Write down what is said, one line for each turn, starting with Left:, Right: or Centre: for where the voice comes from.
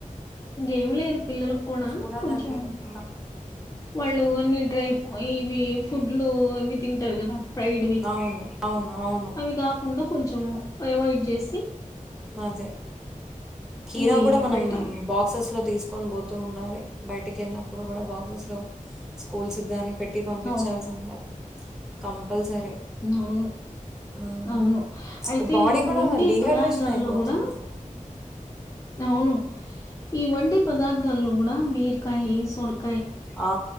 Left: ఇంకేమి లేదు పిల్లలక్ కూడా
Centre: చూడాలండి
Left: కొంచెం
Centre: ఇంకా.
Left: వాళ్ళు అన్ని డ్రై ఇవి ఫుడ్లు ఇవి తింటరు గద ఫ్రైడ్ వి
Centre: అవును అవును అవును
Left: అవి కాకుండ కొంచము అవైడ్ చేసి
Centre: ఆదె కీరా
Left: ఇవి
Centre: కూడ మనం
Left: పెట్టాలి
Centre: బాక్సెస్ జ్ తీస్కొన్ పొతూ ఉండాలి బయటికి కెళ్ళినప్పుడు కూడ బాక్సెస్ లొ స్కూల్స్ గాని పెట్టి పంపించాల్సిదె
Left: అవును
Centre: కమ్ పల్సరే
Left: అవును
Centre: మ్
Left: అవును అయితే
Centre: బాడీ కూడ
Left: వండే
Centre: డిహైడ్రేషన్
Left: పదార్థాల్లో
Centre: అయ్ పోతుంది.
Left: కూడా అవును ఈ వండి పదార్థాల్లొ కూడ బీర్కయి సొర్క్
Centre: ఆ